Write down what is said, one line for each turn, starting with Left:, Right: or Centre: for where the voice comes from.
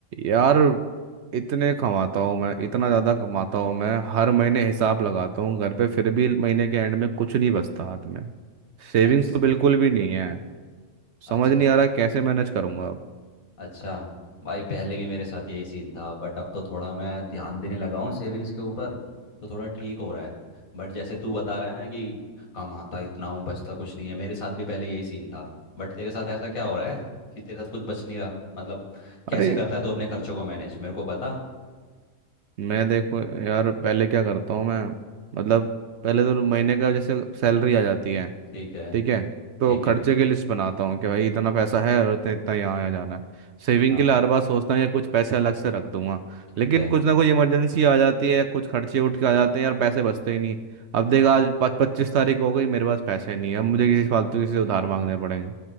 Right: यार इतने कमाता हूँ मैं इतना ज़्यादा कमाता हूँ मैं हर महीने हिसाब लगाता हूँ घर पे फिर भी महीने के एंड में कुछ नहीं बचता हाथ में सेविंग्स
Left: अच्छा
Right: तो बिल्कुल भी नहीं है समझ
Left: अच्छा
Right: नहीं आ रहा कैसे मैनेज करूंगा अब
Left: अच्छा भाई पहले भी मेरे साथ यही सीन था बट अब तो थोड़ा मैं ध्यान देने लगा हूँ सेविंग्स के ऊपर तो थोड़ा ठीक हो रहा है बट जैसे तू बता रहा है ना कि कमाता इतना हूँ बचता कुछ नहीं है मेरे साथ भी पहले यही सीन था बट तेरे साथ ऐसा क्या हो रहा है कि तेरे साथ कुछ बच नहीं रहा मतलब कैसे
Right: अरे
Left: करता है तू अपने खर्चों को मैनेज मेरे को बता
Right: मैं देखो यार पहले क्या करता हूँ मैं मतलब पहले तो महीने का जैसे सैलरी आ जाती है
Left: ठीक है
Right: ठीक है तो
Left: ठीक
Right: खर्चे
Left: है
Right: की लिस्ट बनाता हूँ कि भाई इतना पैसा है और इतना इतना यहाँ यहाँ जाना है सेविंग
Left: हाँ
Right: के लिए हर बार सोचता हूँ या कुछ पैसे अलग से रख दूंगा
Left: ठीक
Right: लेकिन
Left: है
Right: कुछ ना कुछ इमरजेंसी आ जाती है या कुछ खर्चे उठ के आ जाते हैं यार पैसे बचते ही नहीं अब देख आज पच पच्चीस तारीख हो गई मेरे पास पैसे नहीं है अब मुझे किसी फालतू किसी से उधार मांगने पड़ेंगे